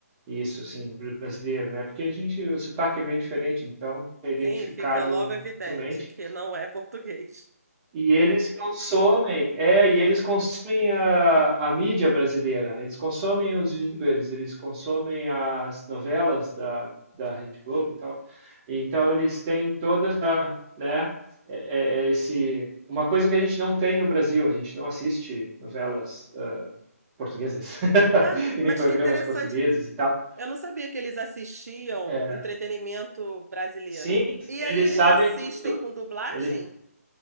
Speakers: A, on the right; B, on the right.
A: isso, assim, do brasileiro, né? Porque a gente, o sotaque é bem diferente, então é identificado
B: sim, fica logo evidente
A: facilmente.
B: que não é português.
A: E eles consomem, é, e eles consomem a, a mídia brasileira, eles consomem os youtubers, eles consomem as novelas da, da Rede Globo e tal. Então eles têm toda essa, né, é- é é esse, uma coisa que a gente não tem no Brasil, a gente não assiste novelas ah, portuguesas
B: Ah,
A: <laughs> e
B: mas
A: nem programas
B: que interessante.
A: portugueses e tal.
B: Eu não sabia que eles assistiam
A: É,
B: entretenimento brasileiro.
A: Sim,
B: E
A: eles
B: aí, eles
A: sabem
B: assistem
A: tudo.
B: com dublagem
A: Eles